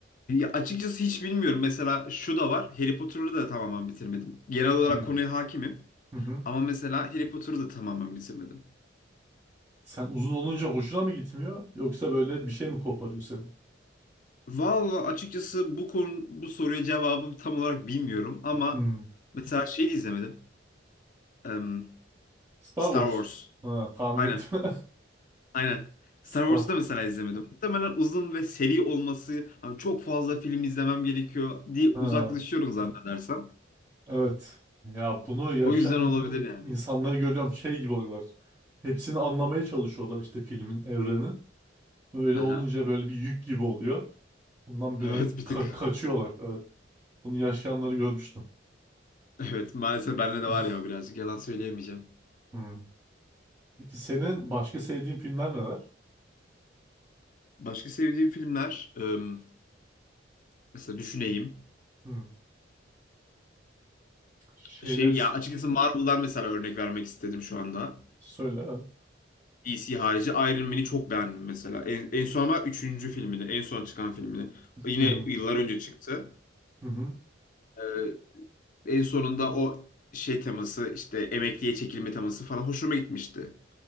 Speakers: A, on the left; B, on the right.
A: Ya açıkçası hiç bilmiyorum. Mesela şu da var. Harry Potter'ı da tamamen bitirmedim. Genel olarak
B: Hmm.
A: konuya hakimim.
B: Hı hı.
A: Ama mesela Harry Potter'ı da tamamen bitirmedim.
B: Sen uzun olunca hoşuna mı gitmiyor? Yoksa böyle bir şey mi koparıyor senin?
A: Vallahi açıkçası bu konu, bu soruya cevabı tam olarak bilmiyorum ama
B: Hmm.
A: mesela şey de izlemedim. Em,
B: Star
A: Star
B: Wars.
A: Wars.
B: Ha, tahmin
A: Aynen.
B: ettim.
A: Aynen.
B: <laughs> Star.
A: Star Wars'u da mesela izlemedim. Muhtemelen uzun ve seri olması, hani çok fazla film izlemem gerekiyor diye uzaklaşıyorum
B: Ha.
A: zannedersem.
B: Evet. Ya bunu yaşayan
A: O yüzden
B: in-
A: olabilir yani.
B: insanları görüyorum şey gibi oluyorlar. Hepsini anlamaya çalışıyorlar işte filmin, evrenin. Öyle
A: Aha.
B: olunca
A: <laughs>
B: böyle bir yük gibi oluyor. Bundan böyle
A: Evet bir
B: ka-
A: tık.
B: kaçıyorlar. Evet. Bunu yaşayanları görmüştüm.
A: Evet maalesef bende de
B: <laughs>
A: var ya o birazcık yalan söyleyemeyeceğim.
B: Hmm. Peki senin başka sevdiğin filmler neler?
A: Başka sevdiğim filmler ım, mesela düşüneyim.
B: Hmm. Şeyleri
A: Şey
B: s-
A: ya açıkçası Marvel'dan mesela örnek vermek istedim şu anda.
B: söyle. evet.
A: DC harici Iron Man'i çok beğendim mesela. En, en son ama üçüncü filmini, en son çıkan filmini. Yine
B: Hmm.
A: yıllar önce çıktı.
B: Hı hı.
A: Ee, En sonunda o şey teması işte emekliye çekilme teması falan hoşuma gitmişti.